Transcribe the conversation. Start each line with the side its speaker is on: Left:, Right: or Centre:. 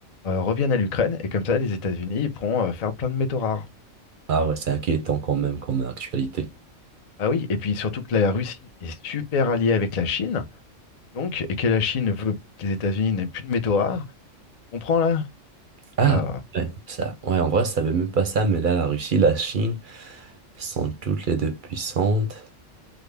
Left: euh, reviennent à l'Ukraine, et comme ça les États-Unis ils pourront euh, faire plein de métaux rares.
Right: ah ouais, c'est inquiétant quand même comme actualité.
Left: Ah oui, et puis surtout que la Russie est super alliée avec la Chine, donc, et que la Chine veut que les États-Unis n'aient plus de métaux rares, tu comprends là?
Right: Ah,
Left: Ah,
Right: ouais, ça, ouais, en vrai, je savais même pas ça, mais là, la Russie, la Chine sont toutes les deux puissantes.